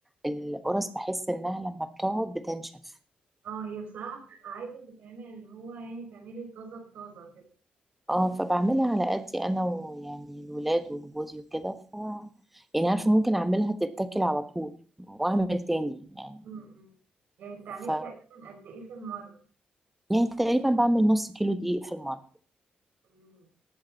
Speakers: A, in the centre; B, on the right (about 75°).
A: القرص بحس انها لما بتقعد بتنشف
B: اه هي بصراحة بتبقى عايزة تتعمل اللي هو يعني تعملي طازة بطازة كده
A: اه فبعملها على قدي انا ويعني الولاد وجوزي وكده ف يعني عارفه ممكن اعملها تتاكل على طول واعمل تاني يعني
B: م- م. يعني بتعملي
A: ف
B: تقريبا قد ايه في المرة؟
A: يعني تقريبا بعمل نص كيلو دقيق في المره
B: مم.